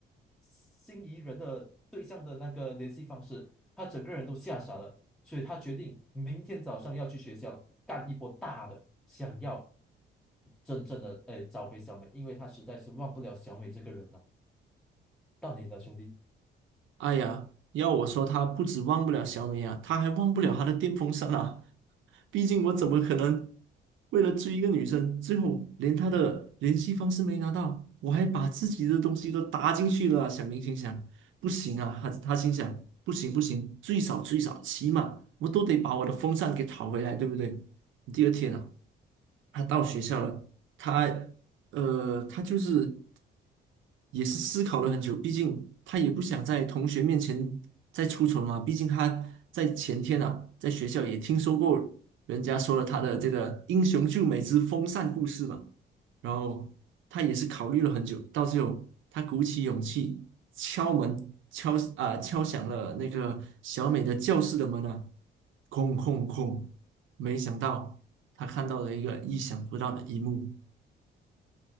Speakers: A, in the centre; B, on the right.
A: 心仪人的对象的那个联系方式，他整个人都吓傻了。所以他决定明天早上要去学校干一波大的，想要真正的哎找回小美，因为他实在是忘不了小美这个人了。到你了，兄弟。
B: 哎呀，要我说，他不止忘不了小美啊，他还忘不了他的电风扇啊。毕竟我怎么可能为了追一个女生，最后连她的联系方式没拿到，我还把自己的东西都搭进去了啊小明心想，不行啊，他他心想，不行不行，最少最少，起码我都得把我的风扇给讨回来，对不对？第二天啊，他到学校了，他呃，他就是。也是思考了很久，毕竟他也不想在同学面前再出丑嘛。毕竟他在前天啊，在学校也听说过人家说了他的这个英雄救美之风扇故事嘛。然后他也是考虑了很久，到最后他鼓起勇气敲门，敲啊、敲响了那个小美的教室的门啊，空空空，没想到他看到了一个意想不到的一幕，